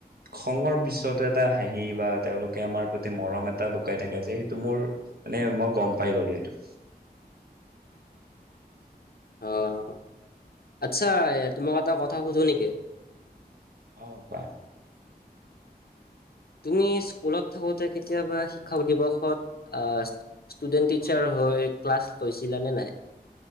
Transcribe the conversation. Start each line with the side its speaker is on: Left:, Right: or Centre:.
Right: খঙৰ বিশ্বতো এটা হাঁহি বা তেওঁলোকে আমাৰ প্ৰতি মৰম এটা লুকাই থাকে যে সেইটো মোৰ মানে মই গম পাই গলো। বু <inaudible>
Left: অ' আচ্ছা, তোমাক এটা কথা সুধো নেকি।
Right: অহ কোৱা।
Left: তুমি স্কুলত থাকোতে কেতিয়াবা শিক্ষক দিৱসত ষ্টুডেণ্ট-টিচাৰ হৈ ক্লাছ লৈছিলানে নাই?